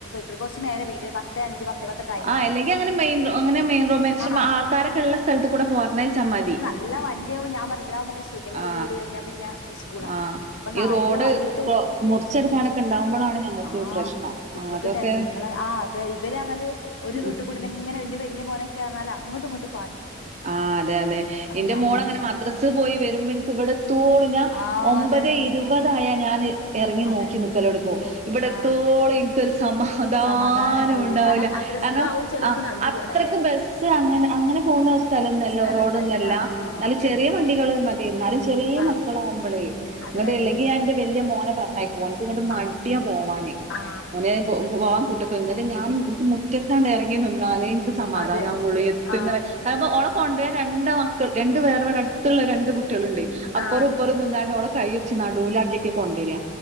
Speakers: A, on the left; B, on the right.
A: ആഹ് കുറച്ച് നേരെ വിട് പത്ത് അഞ്ച് പത്ത് കഴിഞ്ഞ്
B: ആഹ്
A: ഇറങ്ങിയപ്പോ
B: അല്ലെങ്കിൽ അങ്ങനെ മെയിൻറൊ അങ്ങനെമെയിൻറോ മനുഷ്യൻ
A: ആഹ്
B: ആൾക്കാരൊക്കള്ള സ്ഥലത്ത് കൂടെ പോർഞേച്ചാ മതി.
A: എല്ല വണ്ടിയാവുമ്പോ ഞാൻ പർഞ് ത് ലാഉമ്പൊ ങ്ങക്ക് സുഖല്ലെ. ഒരു
B: ആഹ്
A: വീട് കഴിഞ്ഞാ പിന്നെ സ്കൂളാ.
B: ആഹ്
A: പ്പം നായ്ക്കള്
B: ഈ റോഡ്
A: വണ്ടി ത്
B: കൊ മുറിച്ചെടുക്കാനൊക്കെ ഉണ്ടാവുമ്പോഴാണ് ഞമ്മക്ക്
A: ആഹ്
B: പ്രശ്നം
A: കുട്ടിളൊക്കെ
B: ആഹ് അതൊക്കെ
A: ട്ടന്നെ കുട്ടിളെ ആഹ് അത് ഇവരാണെലും ഹ് ഒരു റൂട്ട്
B: ഉം
A: കൂടെന്നെ ങ്ങനെ വ ന്റെ വല്യ മോനൊക്കെർഞാല് അങ്ങട്ടുങ്ങട്ടു
B: ആഹ് അതെ അതെ എന്റെ
A: ഞാന്
B: മോളങ്ങനെ
A: മാക്സിമം
B: മദ്രസ് പോയി വരുമ്പോ ൻക്ക് ഇവിടെത്തോളു ഞാ
A: ആ
B: ഒമ്പതെ
A: അതന്നെ
B: ഇരുപതായാ ഞാന് ഇറങ്ങി
A: അതെ
B: നോക്കി നിക്കലോട്ങ്ങു.
A: നോക്കി
B: ഇവിടെ
A: ആ
B: എത്തോളു ഇൻക്കൊരുസ് സമാധാനോണ്ടാവ്
A: സമാധാനം ഉണ്ടാവൂലേ കാരണം
B: ല.
A: മദ്രസ്ക്കാവും
B: കാരണം
A: ചിലപ്പോ
B: അഹ്
A: നടന്നു
B: അത്രയ്ക്ക്
A: പോണല്ലേ
B: ബസ് അങ്ങനെ അങ്ങനെ പോകുന്ന വസ് സ്ഥലംന്നല്ലോ
A: സ്ഥലംന്നല്ല
B: റോഡോന്നല്ല.
A: ആ
B: നല്ല
A: അതന്നെ
B: ചെറിയ വണ്ടികള് മതിയേന്നു. ന്നാല് നല്ല ചെറ്യേ
A: ആ
B: മക്കളാഉമ്പളേ
A: അതെ
B: ങ്ങട്ട്
A: അതെ
B: ഇല്ലെങ്കി
A: അതെ
B: ഞാൻ ന്റെ വല്യ മോനെ പർഞ്ഞയ ഓൻക്ക് ങ്ങട്ട് മഡ്യാ
A: ആ
B: പോവാന്.
A: ആ
B: ഓനെ പോ പോവാ കൂട്ടക്ക് ന്നട്ട് ഞാൻ ഇൻക്ക് മുറ്റത്താണ്ട് എറങ്ങി നിന്നാലേ ഇൻക്ക് സമാധാനമാവുള്ളൂ
A: അതെ
B: എത്ത്ന്നവ
A: ആ
B: അപ്പോ ഓളെ കൊണ്ട്ര രണ്ട് മക്കൾ രണ്ട് വേർ വടെ അടുത്തുള്ള രണ്ട് കു ട്ട്യേള്ണ്ട്. അപ്പറും
A: ആ
B: ഇപ്പറും നിന്നാണ്ട് ഓളെ കയ്യ്ട്ച് നടൂലാ കിക്ക് കൊണ്ടോര